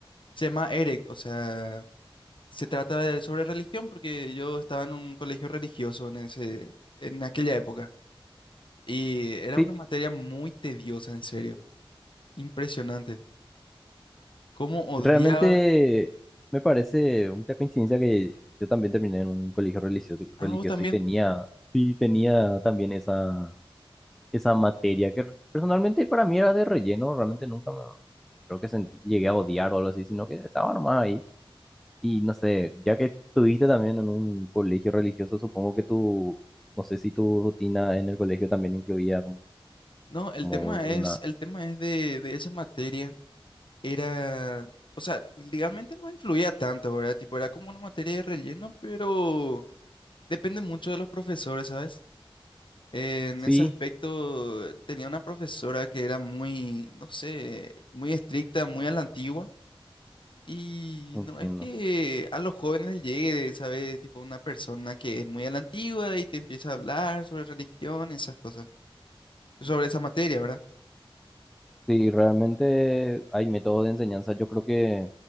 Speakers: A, on the left (about 60°); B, in the centre.
A: se llama EREC, o sea, se trata de, sobre religión, porque yo estaba en un colegio religioso en ese, en aquella época, y era
B: Sí,
A: una materia muy tediosa, en serio, impresionante. ¿Cómo Sí, odiaba?
B: realmente
A: sí.
B: me parece mucha coincidencia que yo también terminé en un colegio religioso,
A: Ah,
B: religioso
A: vos también.
B: y tenía, sí, tenía también esa, esa materia que personalmente para mí era de relleno, realmente nunca me creo que sentí, llegué a odiar o algo así, sino que estaba nomás ahí. Y no sé, ya que estuviste también en un colegio religioso, supongo que tu, no sé si tu rutina en el colegio también incluía como,
A: No, el
B: como
A: tema es,
B: una...
A: el tema es de, de esa materia, era, o sea, legalmente no influía tanto, ¿verdad? Tipo, era como una materia de relleno, pero depende mucho de los profesores, ¿sabes? En
B: Sí,
A: ese aspecto eh, tenía una profesora que era muy, no sé, muy estricta, muy a la antigua, y
B: entiendo.
A: no es que a los jóvenes les llegue, ¿sabes? Tipo, una persona que es muy a la antigua y te empieza a hablar sobre religión, esas cosas, sobre esa materia, ¿verdad?
B: Sí, realmente hay método de enseñanza. Yo creo que